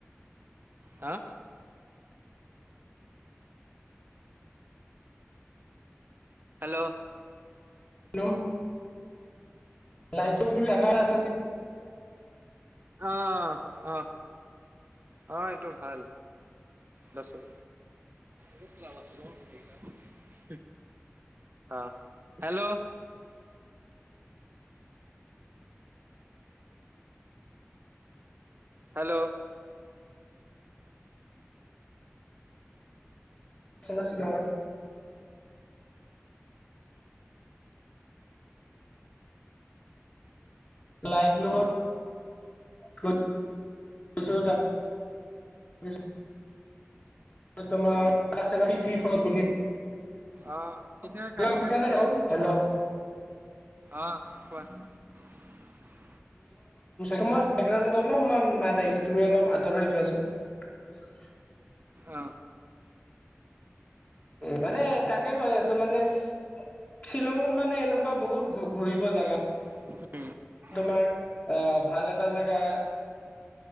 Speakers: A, on the right (about 45°); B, on the left (about 30°).
A: হা? হেল্ল'!
B: লুম লাইট লুম বুলি জাগা আছ
A: আহ অ। অ এইটো ভাল, দচ টকা বহুত লাভ আছে ন ৱেদাৰ। আহ হেল্ল'! হেল্ল'!
B: চেনা শ্বিলংত লাইট লুমত গৈছো। <unintelligible> তোমাৰ ফি <inaudible> ফ বুলি-
A: আহ কেতিয়া
B: হেল্ল'
A: কাটি
B: বুজিছানে
A: কাটি কৈ
B: হেল্ল'
A: আছে কিবা
B: হেল্ল'
A: হৈছে আহ কোৱা? <unintelligible>
B: তোমাৰ ৰাউন্ধত অলপমান মাত আহিছে তুমি অলপ আঁতৰ হয় যোৱা চোন। <unintelligible>
A: অ।
B: উম মানে তাকে কৈ আছো মানে শ্বি শ্বিলঙত মানে এনেকুৱা বহুত ঘূ ঘুৰিব জেগা
A: উম।
B: তোমাৰ আহ ভাল এটা জেগা